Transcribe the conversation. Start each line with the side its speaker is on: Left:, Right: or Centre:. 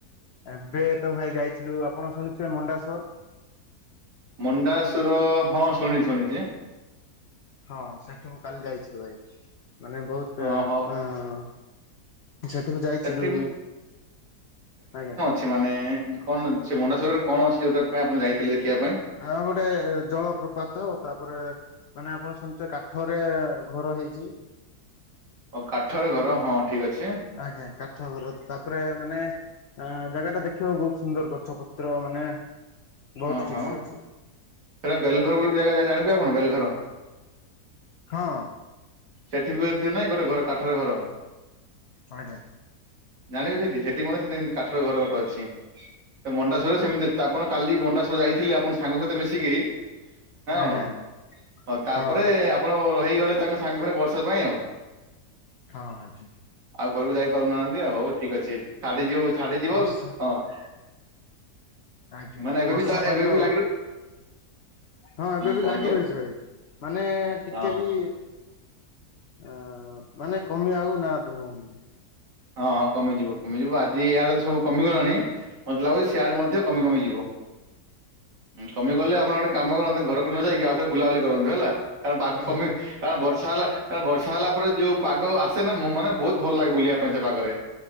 Left: ଏବେ ତ ଭାଇ ଯାଇଥିଲୁ ଆପଣ ଶୁଣିୁଥିବେ ମଣ୍ଡାସର
Right: ମଣ୍ଡାସୁର ହଁ ଶୁଣିଛି ଶୁଣିଛି
Left: ହଁ ସେଠି ମୁ କାଲି ଯାଇଥିଲୁ ଭାଇ ମାନେ ବହୁତ
Right: ଓହୋ
Left: ଅ ସେଠିକୁ ଯାଇଥିଲୁ
Right: ସେଠି
Left: ଆଜ୍ଞା।
Right: ସେ ମାନ କଣ ସେ ଭଣ୍ଡେଶ୍ୱଵରରେ କଣ ଅଛି ସେ ଯୋଉା ପାଇଁ ଆପଣ ଯାଇଥିଲେ ଦେଖିବା ପାଇଁ?
Left: ହଁ ଗୋଟେ ଜଳପ୍ରପାତ ତାପରେ ମାନେ ଆପଣ ଶୁଣିଛ ରେ ଘର ହେଇଛି
Right: ଓ କାଠରେ ଘର ହଁ ଠିକ ଅଛି
Left: ଆଜ୍ଞା କାଠ ବର ତାପରେ ମାନେ ଆ ଜାଗା ଟା ଦେଖିବା ବହୁତ ସୁନ୍ଦର ଗଛ ପତ୍ର ମାନେ ବହୁତ
Right: ଓହୋ
Left: କିଛି ଅଛି
Right: ସେଟା ବେଲର ବୋଲି ଗୋଟୋଗାଣେ ଆଣ ବେଲଘର
Left: ହଁ
Right: ସେଠି ବି ଯଦି ନାଇଁ ଗୋଟେ ଘର କାଠରେ ଘର
Left: ଆଜ୍ଞା
Right: ଜାଣିବି ସେଠି ସେଠି ମେ ସେତି କାଠର ଘର ଗୋେ ଅଛି ମଣ୍ଡାସ୍ୱରରେ ସେମିତି ଆପଣ କାଲି ମଣ୍ଡା୍ଵର ଯାଇଥିଲେ ଆପଣ ସାଙ୍ଗ ସହିତ ମିଶିକି ନା
Left: ଆଜ୍ଞା
Right: କଣ
Left: ଆଜ୍ଞା
Right: ହଉ ତାପରେ
Left: ହଁ ଭାଇ
Right: ଆପଣ ରହିଗଲେ ତାଙ୍କ ସାଙ୍ଗ ଘରେ ବର୍ଷା ପାଇଁ ଆଉ
Left: ହଁ ଭ
Right: ଆଉ ଘରକୁ ଯାଇ ପାରୁନାହାନ୍ତି ଆଉ ହଉ ଠିକ ଅଛି ଛାଡି ଯିବ ଛାଡି ଯିବ
Left: ବର୍ଷା
Right: ଆ ହଁ
Left: ଆଜ୍ଞା
Right: ମାନେ
Left: ଆଜ୍ଞା
Right: ଏବେ
Left: ବର୍ଷା
Right: ବି ଚା
Left: ପାଇଁ
Right: ଏବେ
Left: ତ
Right: ବି ଲାଗି ହୁଁ
Left: ହଁ ଏବେ ବି
Right: କୁହନ୍ତୁ
Left: ଲାଗି ରହିଛି ଭାଇ ମାନେ ଟିକେ
Right: ହଁ
Left: ବି ଆ ମାନେ କମିବାକୁ ନା ନୁହନ
Right: ହଁ ହଁ କମିଯିବ କମିଯିବ ଆଜି ଇଆଡେ ତ ସବୁ କମିଗଲାଣି ମତେ ଲାଗୁଛି ସିଆଡେ କମି
Left: ଆଜ୍ଞା
Right: କମି ଯିବ କମି
Left: ଆଜ୍ଞା
Right: ଗଲେ ଆପଣ ଗୋଟେ କାମ କଲେ ଘରକୁ ନ ଯାଇକି ଆ ବୁଲାବୁଲି କରନ୍ତୁ ହେଲା କାରଣ ପାଗ
Left: ଆଜ୍ଞା
Right: କମ କାରଣ ବର୍ଷା ହେଲାାର ବର୍ଷା ହେଲା ପରେ ଯଉ ପାଗ ସେନା ମାନେ ବହୁତ ଭଲ ଲାଗେ ବୁଲିବା ପାଇଁ ସେ ପାଖରେ